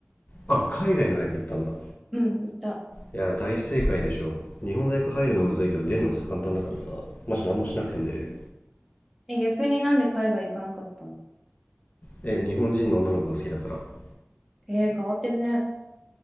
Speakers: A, on the left; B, in the centre.
A: あ海外の大学行ったんだ
B: うん、行った。
A: いや大正解でしょ日本大学入るのむずいけど出るのくそ簡単だからさマジ何もしなくても出れる
B: え、逆になんで海外行かなかったの
A: え日本人の女の子が好きだから <laughs>
B: えー、変わってるね。